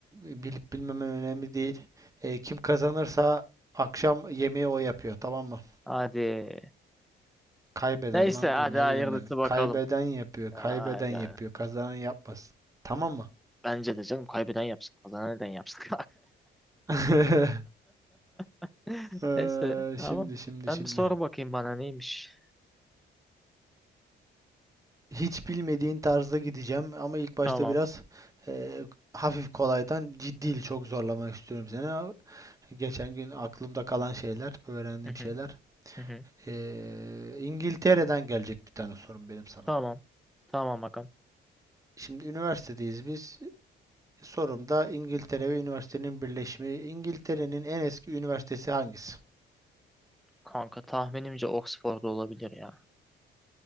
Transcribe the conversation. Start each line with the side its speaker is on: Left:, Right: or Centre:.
Right: bilip bilmemen önemli değil. Eee, kim kazanırsa akşam yemeği o yapıyor, tamam mı?
Centre: Hadi.
Right: Kaybeden
Centre: Neyse
Right: lan
Centre: hadi
Right: dur ne
Centre: hayırlısı
Right: dedim ben?
Centre: bakalım.
Right: Kaybeden yapıyor, kaybeden
Centre: Hadi.
Right: yapıyor, kazanan yapmaz. Tamam mı?
Centre: Bence de canım kaybeden yapsın. Kazanan neden yapsın?
Right: <laughs>
Centre: <laughs>
Right: Eee,
Centre: Neyse tamam.
Right: şimdi şimdi
Centre: Sen
Right: şimdi.
Centre: bir sor bakayım bana neymiş.
Right: Hiç bilmediğin tarzda gideceğim ama ilk başta
Centre: Tamam.
Right: biraz eee, hafif kolaydan ciddi çok zorlamak istiyorum seni. Ama Geçen gün aklımda kalan şeyler, öğrendiğim
Centre: Hı hı,
Right: şeyler.
Centre: hı hı.
Right: Eee, İngiltere'den gelecek bir tane sorum benim sana.
Centre: Tamam. Tamam agam.
Right: Şimdi üniversitedeyiz biz. Sorumda İngiltere ve üniversitenin birleşimi. İngiltere'nin en eski üniversitesi hangisi?
Centre: Kanka tahminimce Oxford'da olabilir ya.